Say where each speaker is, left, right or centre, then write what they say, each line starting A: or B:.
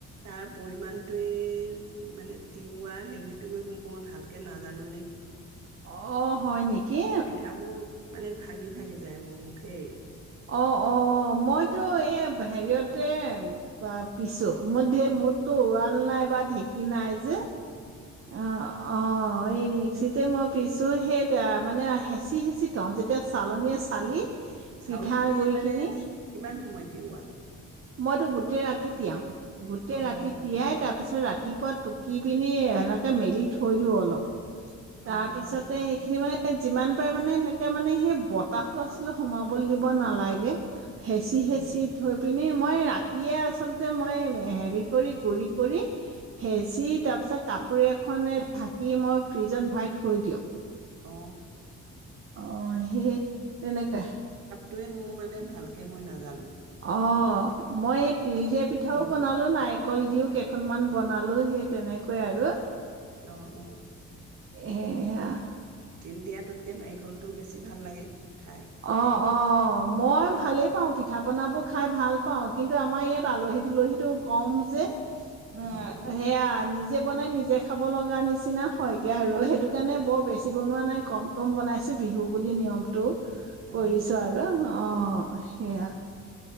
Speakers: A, on the right (about 70°); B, on the right (about 45°).
A: তাৰ পৰিমাণটো‌ৱে মানে, তিওৱাৰ হেৰিটোৱে মই ভালকে নাজানোনে
B: আহ, হয় নেকি?
A: পিঠাবোৰ মানে ভাগি, ভাগি যায়। মোৰ নুথেই।
B: অ। অ', মইতো এই হেৰিয়ত তেম, বা পিছো মোৰ ধে মদটো উৰাল নাই, বা ঢেঁকী নাই যে। অ' অ'। অ', এই মিক্সিতেই মই পিচোঁ। সেইটোৱে মানে হেঁচি-হেঁচি থওঁ, যেতিয়া চালনীয়ে চালি। পিঠা
A: চাউলখিনি
B: গুৰি
A: মানে
B: খিনি
A: কিমান সময় দিওৱা?
B: মইতো গোটেই ৰাতি তিয়াও। গোটেই
A: অ',
B: ৰাতি তিয়াই তাৰপিছত ৰাতি তিপুৱা টুকি পিনি এনে তেনে মেলি থৈ দিও অলপ। তাৰ
A: অ',
B: পিছতে
A: অ', অ',
B: সেইখিনি মানে যিমান পাৰে মানে, এনেকৈ মানে সেই বতাহটো আচলতে সোমাবলৈ দিব নালাগে। হেঁচি হেঁচি
A: অ',
B: থৈ পিনে মই ৰাতিয়েই আচলতে মই হেৰি কৰি গুৰি কৰি হেচি, তাৰপিছত কাপো কপৰি এখনে ঢাকি মই ফ্ৰিজত ভৰাই থৈ দিওঁ।
A: অ।
B: অ', সেই তেনেকা।
A: টোৱে মোৰ মানে ভালকে মই নাজানো।
B: অ', মই এক তিল দিয়া পিঠাও
A: সময়
B: বনালোঁ, নাই কল দিও কেইখনমান বনালো, সেই তেনেকৈ আৰু
A: অ', অ'।
B: এয়া
A: তিল দিয়াটোতকে নাৰিকলটোও বেছি ভাল লাগে। খাই
B: অ', অ'। অ' মই ভালেই পাওঁ, পিঠা পনাবোৰ খাই ভাল পাওঁ, কিন্তু আমাৰ ইয়াত আলহী-তুলহীটো কম যে উম,
A: অ অ
B: সেয়া নিজ নিজে বনাই নিজে খাব লগা নিচিনা হয়গে আৰু। সেইটো কাৰণে বৰ বেছি বনোৱা নাই কম কম বনাইছো বিহু বুলি নিয়মতটো।
A: অ
B: কৰিছো আৰু অ' সেইয়া।